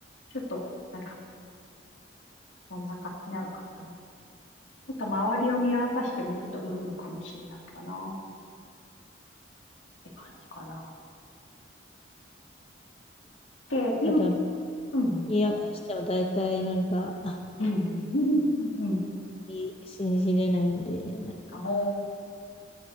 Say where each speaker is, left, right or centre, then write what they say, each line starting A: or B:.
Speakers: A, on the left; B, on the left.
A: ちょっと、なんか、そんな感じなのかな。ちょっと周りを見渡してみるといいのかもしれないかな、って感じかな。で、今、
B: ただ、
A: うん、うん、
B: 見渡しては大体なんか、あ、
A: うん、
B: い信じれないんで、なんか、
A: あお